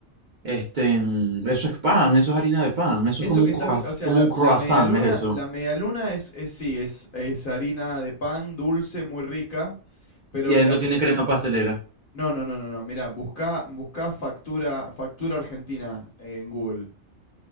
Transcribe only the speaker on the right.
este, en- eso es pan, eso es harina de pan, eso
es como
un
croissant,
como
un croissant,
es eso.
Y
adentro
tiene crema pastelera.